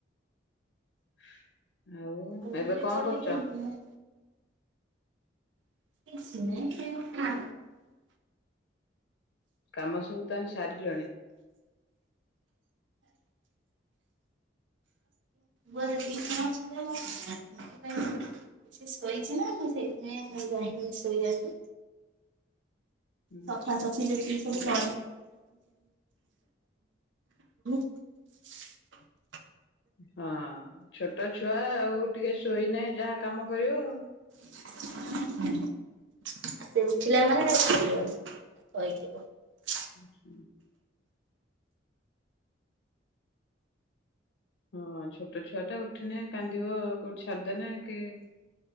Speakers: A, on the left; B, on the right.
A: <inaudible> ଆଉ
B: ଭଲ୍ୟୁମ୍
A: ଏବେ
B: ଟିକେ
A: କଣ
B: ବଢେଇ
A: କରୁଚ।
B: ଦିଅନ୍ତୁ ମୁଁ <unintelligible>
A: କାମ ସବୁ ତାହାଲେ ସାରିଲାଣି।
B: <unintelligible> ସିଏ ଶୋଇଛି ନା ମୁଁ ସେଇଥିପାଇଁ ଯାଇନି ଶୋଇବାକୁ।
A: ଆଛା
B: ସଫା ସଫି ଯେତିକି ସବୁ କ <unintelligible>
A: ହଁ ଛୋଟ ଛୁଆ ଆଉ ଟିକେ ଶୋଇନେ ଯାହା କାମ କରିବ ଆଉ
B: ସେ ଉଠିଲା ମାନେ କହାକୁ ଛାଡିବନି। <unintelligible>
A: <unintelligible> ହଁ ଛୋଟ ଛୁଆ ଟା ଉଠିନେ କାନ୍ଦିବ କୋଉଠି ଛାଡିଦୋନେ କି